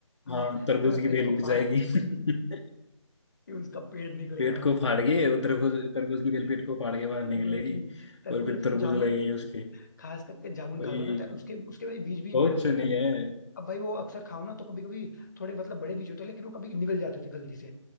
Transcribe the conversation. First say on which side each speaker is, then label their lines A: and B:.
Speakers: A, on the left; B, on the left.
A: हाँ
B: हाँ तरबूज
A: तुम्हारे
B: की
A: पेट
B: बेल
A: को
B: उठ
A: फाड़
B: जाएगी
A: के
B: <laughs>
A: <laughs> ये उसका पेट निकलेगा
B: पेट को फाड़ के वो तरबूज तरबूज की बेल पेट को फाड़ के बाहर
A: Exactly
B: निकलेगी
A: exactly. तरबूज
B: और फिर
A: या फिर
B: तरबूज
A: वो जामुन
B: लगेंगे उसके
A: खास करके जामुन
B: वही
A: खा लो ना तो उसके उसके भाई बीज भी
B: बहुत
A: बड़े होते
B: सुनी
A: थे
B: है
A: अब भाई वो अक्सर खाओ ना तो कभी कभी थोड़े मतलब बड़े बीज होते हैं लेकिन वो कभी निकल जाते थे गलती से